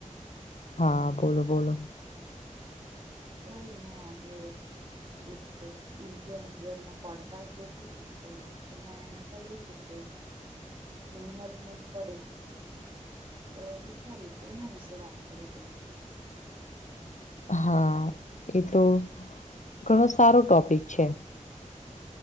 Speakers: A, on the left; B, on the right.
A: હા બોલો બોલો.
B: કોઈ નહી આજે એક ઇન્ફ્લુએન્ઝર નું પોડકાસ્ટ જોતી હતી તો એમાં એણે કહયું તું કે મહેનત નું ફળ, તો વિચાર્યું કે એના વિશે વાત કરી લઈએ.
A: હા એ તો ઘણો સારો ટોપિક છે.